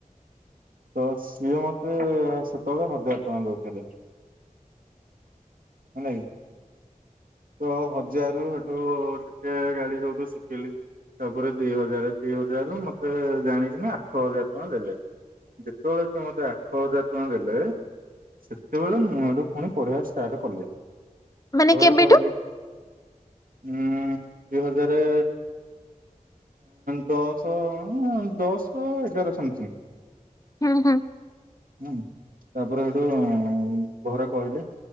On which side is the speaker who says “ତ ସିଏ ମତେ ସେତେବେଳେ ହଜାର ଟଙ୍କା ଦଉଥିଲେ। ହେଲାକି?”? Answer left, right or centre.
Right